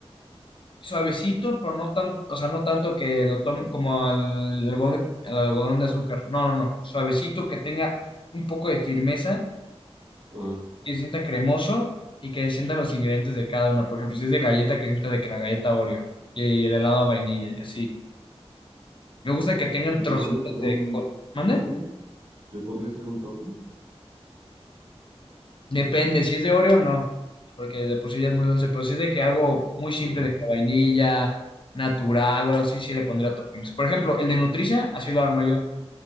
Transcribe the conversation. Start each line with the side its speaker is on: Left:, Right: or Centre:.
Left: suavecito, pero no tan, o sea, no tanto que lo tome como al algodón, al algodón de azúcar. No, no, no. Suavecito, que tenga un poco de firmeza,
Right: Ajá.
Left: que se sienta cremoso y que se sientan los ingredientes de cada uno. Por ejemplo, si es de galleta, que se sienta de que la galleta Oreo y el helado a vainilla y así. Me gusta que tengan
Right: ¿Y
Left: trocitos
Right: le pondrías algún
Left: de... co- ¿Mande?
Right: topping? ¿Le pondrías algún topping?
Left: Depende, si es de Oreo no, porque de por sí ya es muy dulce, pero si es de que algo muy simple
Right: Ajá.
Left: de que vainilla, natural o algo así, sí le pondría toppings. Por ejemplo, el de Nutriza, así lo armo yo